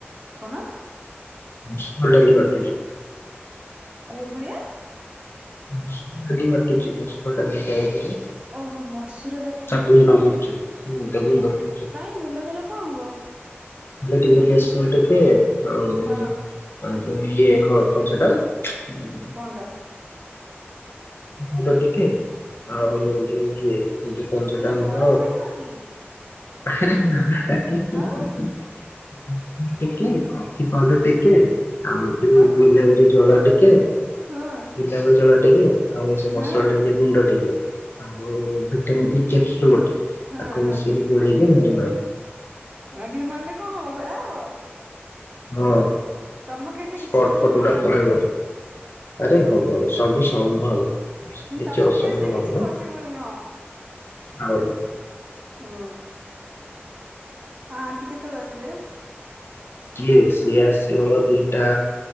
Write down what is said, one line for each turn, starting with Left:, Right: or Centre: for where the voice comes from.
Right: କଣ?
Left: ମସୁର ଡାଲି ବାଟୁଚି।
Right: କୋଉ ହଳିଆ?
Left: ମସୁର ଡାଲି ବାଟୁଚି ମସୁର ଡାଲି ଜାଇ ଯୋଉ।
Right: ଓହୋ ମସୁର
Left: ତା ଗୁଣ୍ଡ କରୁଚି। ହୁଁ ତା ଗୁଣ୍ଡ। କରୁଚି
Right: କାଇଁ ଗୁଣ୍ଡ କଲେ କଁ ହବ?
Left: ହେଲେ ଟିକେ ବେଶର ଟିକେ ଆଉ
Right: ହଁ
Left: ଆଉ ତ ଇଏ ହଁ କଁ ସେଟା ଉଁ
Right: କଣଟା
Left: ମୋଦ ଟିକେ ଆଉ
Right: ହୁଁ
Left: ଯୋଉ ଇଏ ଏଇ ଯୋଉ କଣ ସେଟା
Right: ଆଚ୍ଛା
Left: ଆମର
Right: ବରା ଛାଣିବ କି?
Left: ଆରେ ନାଁ। ଏ ସେତୁରୁ
Right: ଆଉ
Left: ଟିକେ କଫି ପାଉଡ଼ର ଟିକେ ଆଉ ଯୋଉ
Right: କଫି
Left: ଗୁଲାବରି ଜଳ ଟିକେ
Right: ହଁ ହଁ
Left: ଗୋଲାପ ଜଳ ଟିକେ ଆଉ ସେ
Right: ହଁ
Left: ମସୁର ଡାଲି ଗୁଣ୍ଡ ଟିକେ ଆଉ ଭିଟାମିନ୍ ଇ କ୍ୟାପସୁଲ ଗୋ ଟେ
Right: ହଁ
Left: ତାକୁ ମିଶେଇକି ଗୋଳେଇକି ମୁଁ ଏ ମାଇଲେ।
Right: ମାଗିଲେ ମାରିଲେ କଁ ହବ ଗୋରା ହବ?
Left: ହଁ।
Right: ତମ କେସରେ
Left: ସ୍ପଟ୍
Right: କିଛି ପସିବୁଲ
Left: ଫଟ୍ ଉଡ଼ା
Right: ନୁହଁ
Left: ପଳେଇବ। ଆରେ ହବ ହବ ସବୁ ସ ସମ୍ଭବ।
Right: ଉଁ
Left: କିଛି
Right: ତମ
Left: ଅସମ୍ଭବ
Right: କେସରେ କିଛି
Left: ନୁହଁ।
Right: ପସିବୁଲ ନୁହଁ।
Left: ଆଉ
Right: ଉଁ। ହଁ ଟିକେ ତଳୁ ଆସ୍ ଥିବେ
Left: କିଏ ସିଏ ଆସିବ ଦିଟା